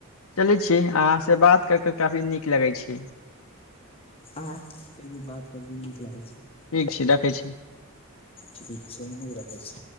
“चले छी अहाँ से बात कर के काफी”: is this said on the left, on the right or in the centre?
Left